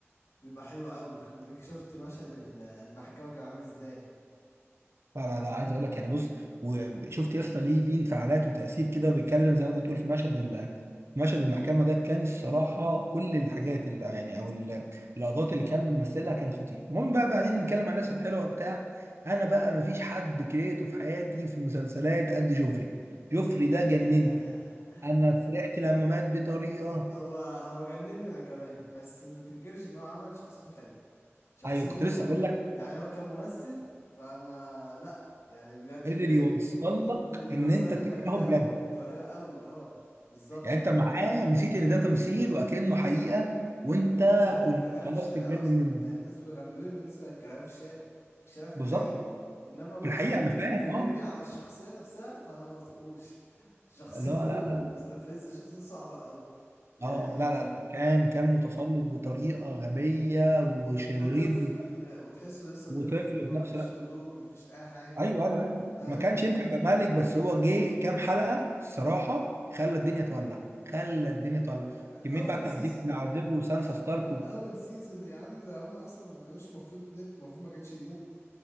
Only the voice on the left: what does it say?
بيبقى حلو قوي وديك شفت مشهد ال- المحكمة كان عامل ازاي
<laughs>
هو هو جنني انا كمان بس ما تنكرش ان هو عمل شخصيته حلو شخصيته
يعني هو كممثل فانا لا يعني بجد
قدر
يوصلك
انك كارهه
بطريقة قوي اه بالظبط
والناس بقت
كارهاه في
الشارع
اصلا
يعني الناس بقى- كان بيقول إن الناس بقت كارهاه في الشارع في الشارع في
الحقيقة انما بقى
هت...
هتكلمني
على الشخصية نفسها فانا ما بطيقوش شخصيته
مستفزة شخصيته صعبة قوي يعني
وطفل
وتحسه لسه
طفل
ما
فيش
نضوج ما فيش اي حاجة
فاهم
يعني
اول
سيزون
آه،
ومن اول سيزون يا عم ده هم اصلا ما كانوش المفروض ند المفروض ما كانش يموت